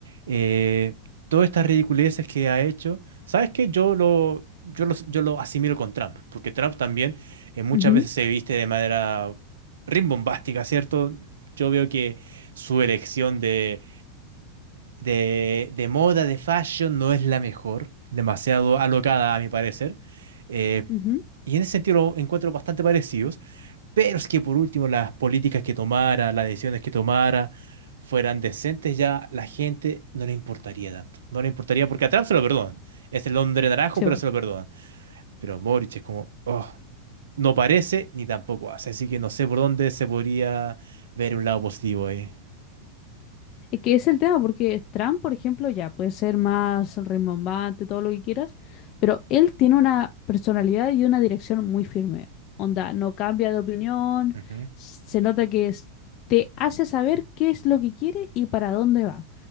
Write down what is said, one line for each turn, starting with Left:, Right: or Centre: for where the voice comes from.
Right: eh, todas estas ridiculeces que ha hecho, ¿sabes qué? Yo lo, yo lo, yo lo asimilo con Trump, porque Trump también eh, muchas
Left: Ujú,
Right: veces se viste de manera rimbombástica, ¿cierto? Yo veo que su elección de, de, de moda, de fashion, no es la mejor, demasiado alocada a mi parecer. eh,
Left: ujú.
Right: y en ese sentido lo encuentro bastante parecido. Pero es que por último las políticas que tomara, las decisiones que tomara, fueran decentes, ya la gente no le importaría tanto. No le importaría porque a Trump se lo perdonan. Es el hombre naranjo,
Left: Sí,
Right: pero se lo perdonan. Pero Boric es como, oh, no parece ni tampoco hace. Así que no sé por dónde se podría ver un lado positivo ahí.
Left: Es que es el tema, porque Trump, por ejemplo, ya puede ser más rimbombante, todo lo que quieras, pero él tiene una personalidad y una dirección muy firme. Onda, no cambia de opinión,
Right: Ujú.
Left: se nota que es- te hace saber qué es lo que quiere y para dónde va.